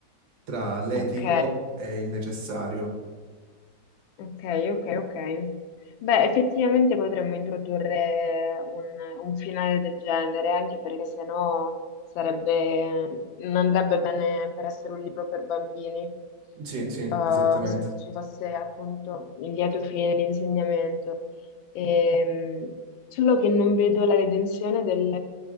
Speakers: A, on the right (about 70°); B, on the left (about 80°).
A: tra l'etico
B: ok,
A: e il necessario.
B: ok, ok, ok. Beh, effettivamente potremmo introdurre un, un finale del genere, anche perché sennò sarebbe, non andrebbe bene per essere un libro per bambini,
A: Sì, sì,
B: eh,
A: esattamente.
B: se non ci fosse appunto il lieto fine, l'insegnamento. Ehm, solo che non vedo la redenzione del,